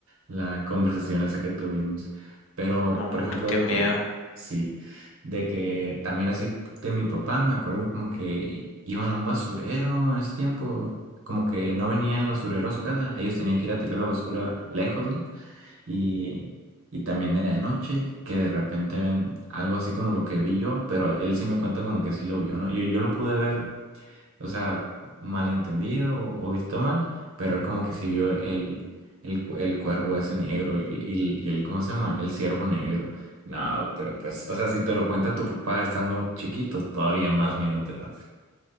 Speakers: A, on the right; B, on the left.
A: la conversación esa que tuvimos. Pero,
B: No, hombre,
A: por ejemplo,
B: qué
A: de
B: miedo.
A: que, sí, de que también así de mi papá, me acuerdo como que iban a un basurero en ese tiempo, como que no venía el basurero a su casa, ellos tenían que ir a tirar la basura lejos, ¿no? y, y también era de noche, que de repente ven algo así como lo que vi yo, pero él sí me cuenta como que sí lo vio, ¿no? Yo, yo lo pude ver, o sea, malentendido o, o visto mal, pero él como que sí vio el, el, cu- el cuervo ese negro y, y, y el, ¿cómo se llama? El ciervo negro. No, pero pues, o sea, si te lo cuenta tu papá estando chiquito, todavía más miedo te da.